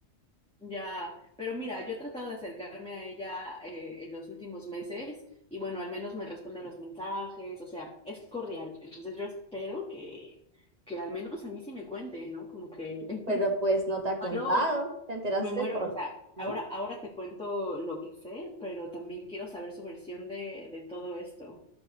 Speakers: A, in the centre; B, on the right.
A: Ya, pero mira, yo he tratado de acercarme a ella eh, en los últimos meses y bueno, al menos me responde los mensajes, o sea, es cordial. Entonces yo espero que, que al menos a mí sí me cuente, ¿no? Como que
B: Pero pues no te
A: <laughs>
B: ha contado,
A: muero,
B: te enteraste
A: me muero,
B: por
A: o sea,
B: ahí.
A: ahora, ahora te cuento lo que sé, pero también quiero saber su versión de, de todo esto.